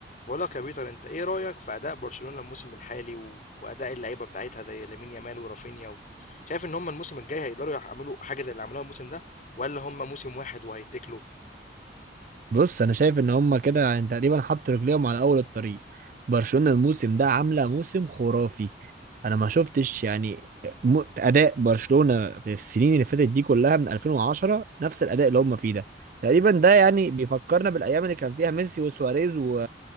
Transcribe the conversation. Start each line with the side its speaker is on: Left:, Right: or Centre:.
Left: بقول لك يا بيتر انت ايه رأيك في اداء برشلونة الموسم الحالي و... واداء اللعيبة بتاعتها زي لامين يامال ورافينيا و... شايف ان هم الموسم الجاي هيقدروا يعملوا حاجة زي اللي عملوها الموسم ده ولا هم موسم واحد وهيتكلوا
Right: بص انا شايف ان هما كده يعني تقريبا حط رجليهم على اول الطريق برشلونة الموسم ده عاملة موسم خرافي انا ما شفتش يعني م- اداء برشلونة في السنين اللي فاتت دي كلها من 2010 نفس الاداء اللي هما فيه ده تقريبا ده يعني بيفكرنا بالايام اللي كان فيها ميسي وسواريز و...